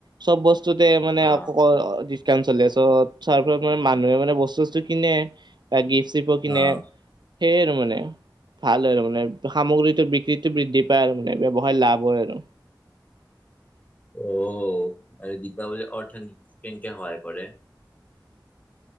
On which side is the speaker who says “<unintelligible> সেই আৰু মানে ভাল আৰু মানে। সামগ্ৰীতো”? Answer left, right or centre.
Right